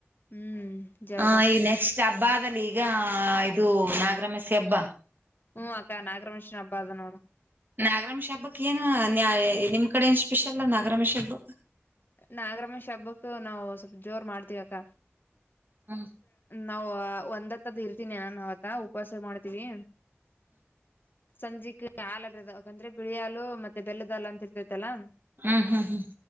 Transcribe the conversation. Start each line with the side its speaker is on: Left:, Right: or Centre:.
Left: ಹ್ಮ್ ಜಾಳ
Right: ಹ ಈ ನೆಕ್ಸ್ಟ್ ಹಬ್ಬ ಅದಲ್ಲಿ ಈಗ ಇದು ನಾಗರಾಮಸಿ ಹಬ್ಬ
Left: ಹ್ಮ್ ಅಕ್ಕ ನಾಗರಮೇಶನ ಹಬ್ಬ ಅದ ನೋಡು
Right: ನಾಗರಮಸಿ ಹಬ್ಬಕ್ ಏನ ನಿಮ್ ಕಡೆ ಸ್ಪೆಷಲ್ ನಾಗರಾಮೇಶ ಹಬ್ಬ
Left: ನಾಗರಾಮಶಿ ಹಬ್ಬಕ್ಕೂ ನಾವು ಸ್ವಲ್ಪ ಜೋರ್ ಮಾಡ್ತೀವಿ, ಅಕ್ಕ
Right: ಹ್ಮ್
Left: ನಾವು ಒಂದ್ ಹತ್ತದ ಇರ್ತೀನಿ ನಾನವತ್ತು ಉಪವಾಸ ಮಾಡ್ತೀವಿ ಸಂಜಕ್ ಹಾಲರದಕಂದ್ರೆ ಬಿಳಿ ಹಾಲು ಮತ್ತೆ ಬೆಲ್ಲದಾ ಅಂತ ಇರ್ತೈತಲ್ಲಾ
Right: ಹ್ಮ್ ಹ್ಮ್ ಹ್ಮ್